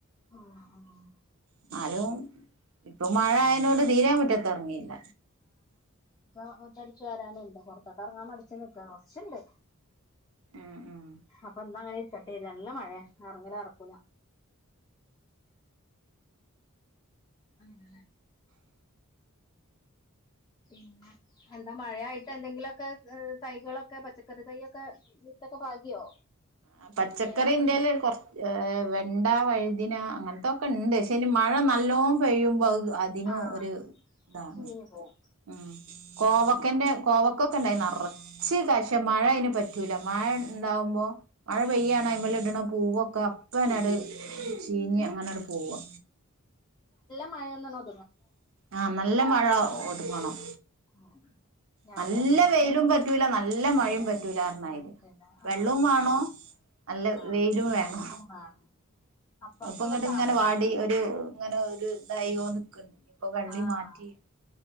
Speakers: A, on the left; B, on the right.
A: ആഹ്ആഹ്
B: എന്നാലും ഇപ്പൊ മഴആയതോണ്ട് തീരെ മുറ്റത് ഇറങ്ങിയില്ല
A: <inaudible> മുറ്റംഅടിച്ചു വാരാൻ ഉണ്ട് പുറത്തോട്ട് ഇറങ്ങാൻ മടിച്ചു നിൽക്കാണ് കുറച്ച് ഉണ്ട്
B: ഉം ഉം
A: അപ്പൊ ഇന്നങ്ങനെ നല്ല മഴയ ഇറങ്ങൽ നടക്കൂല അങ്ങനലെ പിന്നെ എന്താ മഴയായിട്ട് എന്തെങ്കിലൊ <unintelligible> തൈകളൊക്കെ പച്ചക്കറിതൈയൊക്കെ വിത്തൊക്കെ പാകിയോ
B: അ പച്ചക്കറിന്റേല്
A: ചെയ്യാറുണ്ടോ
B: കൊറച്ച ഏ വെണ്ടവഴു ഇതിനാഅങ്ങൻ ഇതൊക്കെ ഉണ്ട് പക്ഷേ മഴ നല്ലോം പെയ്യുമ്പോൾ അതിനു
A: ആഹ്
B: ഒരു ഇതാണ്
A: ചീഞ്ഞ് പോവും
B: ഉം കോവക്കന്റെ
A: ആഹ്
B: കോവക്ക ഇണ്ടായിനി നിറച്ച് പക്ഷേ മഴ അയിന് പറ്റൂല മഴ ഇണ്ടാവുമ്പോ മഴ പെയ്യാണ് ആയിമൽ ഇടണ പൂവോ <unintelligible> ചീഞ്ഞ അങ്ങനട് പോവാ
A: മ <unintelligible>
B: ആ നല്ല മഴ ഒതുങ്ങണം
A: ആഹ് ഞാനും
B: നല്ല
A: അതുപോലെയാണ്
B: വെയിലും പറ്റൂല നല്ല നല്ല മഴെം പറ്റ് ട്ട് ലാ റണായ്രി
A: പറ്റില്ല
B: വെള്ളോം
A: ആഹ്
B: വാണോ നല്ല
A: ആഹ്
B: വെയിലും വേണോ
A: വെയിലും വേണം അപ്പുറത്തുള്ള
B: ഇപ്പൊ ഇങ്ങട്ട്
A: താത്ത
B: ഇങ്ങനെ വാടി
A: നല്ല
B: ഒരു ഇങ്ങനെ ഒരു തായി കോണ്ട് ഇപ്പൊ കള്ളി
A: ആഹ്
B: മാറ്റി